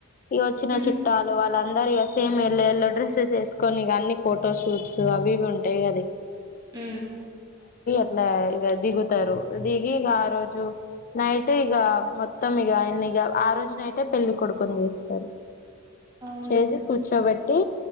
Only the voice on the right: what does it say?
మ్
ఆ
అవునా